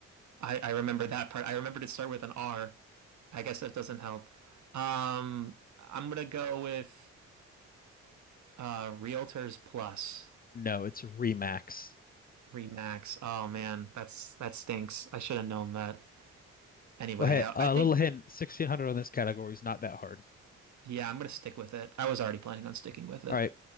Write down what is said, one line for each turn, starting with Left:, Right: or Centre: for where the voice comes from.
Right: I I remember that part. I remember to start with an R. I guess that doesn't help. Um, I'm gonna go with uh Realtors Plus
Left: No, it's Remax.
Right: Remax. Oh man, that's that stinks. I should have known that. Anyway,
Left: Well, hey,
Right: yeah,
Left: a
Right: I think
Left: little hint, 1600 on this category is not that hard.
Right: yeah, I'm gonna stick with it. I was already planning on sticking with it.
Left: All right.